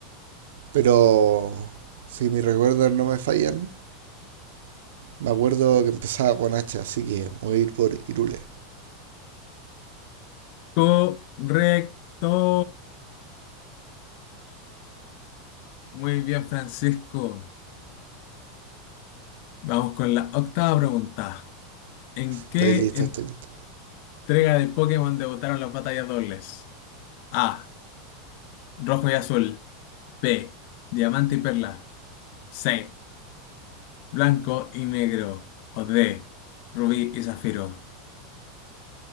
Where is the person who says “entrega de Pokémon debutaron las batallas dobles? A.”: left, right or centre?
Left